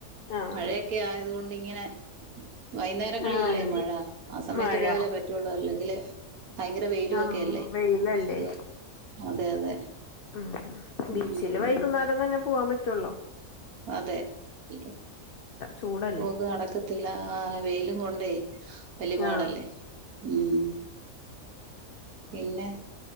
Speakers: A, on the left; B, on the right.
A: ആഹ്
B: മഴയക്കെ ആയത്കൊണ്ട് ഇങ്ങനെ വൈന്നേരങ്ങളിലല്ലേ
A: ആഹ്
B: മഴ ആ സമയത്ത്
A: മഴ
B: പോയാലേ പറ്റുള്ളു അല്ലെങ്കില് ഭയങ്കര വെയിലും
A: ആഹ്
B: ഒക്കെയല്ലേ.
A: വെയിലല്ലേ
B: ഇത് അതെ അതെ
A: ഉം ഉം ബീച്ചില്
B: ഉം.
A: വൈകുന്നേരം തന്നെ പോവാൻ പറ്റുള്ളോ?
B: അതെ <unintelligible>
A: ചൂടല്ലേ
B: പോക്ക് നടക്കത്തില്ല ആ വെയിലും കൊണ്ടേ. വല്ല്യ പാടല്ലേ
A: ആഹ്
B: ഉം. പിന്നെ?